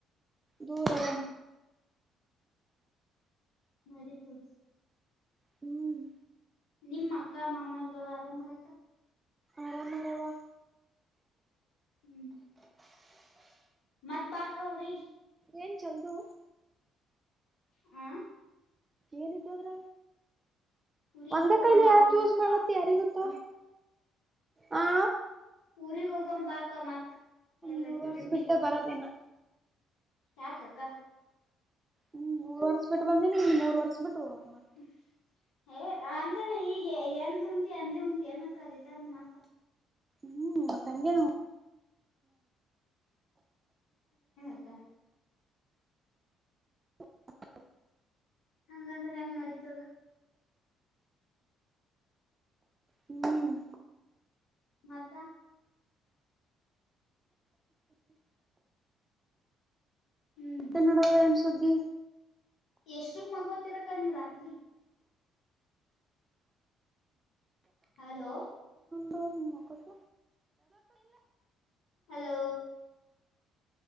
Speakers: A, on the right; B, on the left.
A: ದೂರ
B: ಹ್ಮ್
A: ಅದ
B: ನಡಿತುದ ತು
A: ಹ್ಮ್
B: ನಿಮ್ಮ ಅಕ್ಕ ಮಾಮ ಎಲ್ಲರು ಆರಾಮ್ ಅದಕ್ಕ
A: ಆರಾಮರಾವ
B: ಹ್ಮ್ ಮತ್ ಬಾ ಅಕ್ಕ ಉರಿಗ್
A: ಏನ್ ಚಂದು
B: ಆ
A: ಏನಿದ್ದದ್ರ
B: ಊರಿಗ್
A: ಒಂದೇ
B: ಹೋಗಂಬಾ
A: ಕೈಲಿ ಯಾಕೆ
B: ಅಂದ
A: ಯೂಸ್ ಮಾಡತ್ತೆ ಯಾರಿಗೊತ್ತ ಹಾ
B: ಊರಿಗ್ ಹೋಗಂಬ ಬಾಕ ಮತ್ತ್ ಎಲ್ರಿ
A: ಮೂರ್ ವರ್ಷ
B: ಟ್ರಿಪ್ಪಿ
A: ಬಿಟ್ಟ ಬರೋದೇನ
B: ಯಾಕಕ್ಕ
A: ಹ್ಮ್ ಮೂರ್ ವರ್ಷ ಬಿಟ್ಟ ಬಂದಿನಿ ನೀ ಮೂರ್ ವರ್ಷ ಬಿಟ್ಟು ಮತ್ತ
B: ಹ್ಮ ಏ ಅಂದ್ರೆ ಈಗ ಎಂದ್ ಉಂಟಿ ಅಂದೇ ಉಂಟಿ ಏನಕ್ಕ ರಿಟನ್ ಮಾತ
A: ಹ್ಮ್ ಮತ್ತ ಹಂಗೆ
B: ಕ್ಕ್
A: ಹ <inaudible>
B: ಹಂಗಂದ್ರೆ ಹೆಂಗ ನದಿತುದ
A: ಹ್ಮ್
B: ಮತ ಹ್ಮ್
A: ಮತ್ತೆ ನೋಡವ ಏನ್ ಸುದ್ದಿ
B: ಎಷ್ಟಕ್ ಮಕ್ಕೋತಿರಕ್ಕ ನೀವ್ ರಾತ್ರಿ ಹಲೋ
A: ಹಮ
B: ಹಲೋ